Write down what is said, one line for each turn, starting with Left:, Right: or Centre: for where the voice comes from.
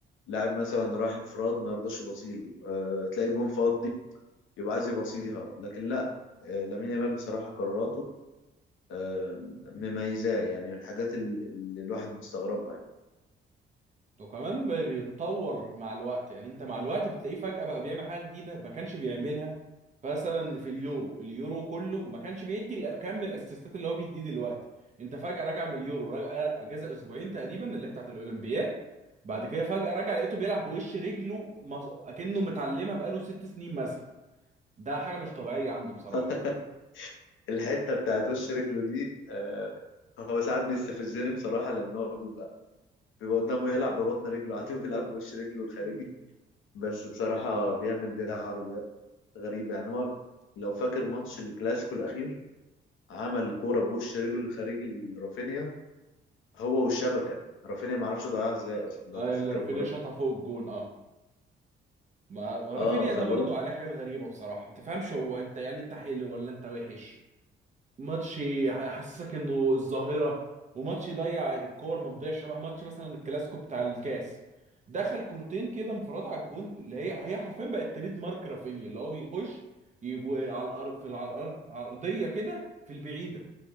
Left: لاعب مثلا رايح انفراد ما يرضاش يبصيله أه تلاقي الجون فاضي يبقى عايز يبصيها لكن لا أه لامين يامال بصراحة قراراته أه مميزاه يعني من الحاجات ال- اللي الواحد مستغربها يعني.
Right: وكمان بي- بيتطور مع الوقت يعني انت مع الوقت بتلاقيه فجأة بقى بيعمل حاجة جديدة ما كانش بيعملها مثلا في اليورو اليورو كله ما كانش بيدي ال- كم الاسيستات اللي هو بيديه دلوقتي انت فجأة راجع من اليورو راجع اجازة اسبوعين تقريبا اللي هي بتاعت الاولمبياد بعد كده فجأة راجع لقيته بيلعب بوش رجله مص- اكنه متعلمها بقاله ست سنين مثلا ده حاجة مش طبيعية عنده بصراحة
Left: <laughs> الحتة بتاعت وش رجله دي آه، هو ساعات بيستفزني بصراحة لأن هو بيبقى بيبقى قدامه يلعب ببطن رجله عادي وبيلعب بوش رجله الخارجي
Right: مم.
Left: بس بصراحة بيعمل بيها عرضيات غريبة يعني هو لو فاكر ماتش الكلاسيكو الأخير عمل كورة بوش رجله الخارجي لرافينيا هو والشبكة رافينيا معرفش ضيعها ازاي أصلا لو
Right: ايوه
Left: تفتكر
Right: اللي رافينيا
Left: الكورة دي
Right: شاطها فوق الجون اه ما رافينيا
Left: اه فالواد
Right: ده برضو عليه حاجات غريبة بصراحة ما تفهمش هو انت يعني انت حلو ولا انت وحش ماتش يحسسك انه الظاهره وماتش يضيع كور ما تضيعش شبه ماتش مثلا الكلاسيكو بتاع الكاس دخل كورتين كده انفراد على الجون اللي هي هي حرفيا بقت تريد مارك رافينيا اللي هو بيخش يجو على الارض في على الارض عرضيه كده في البعيده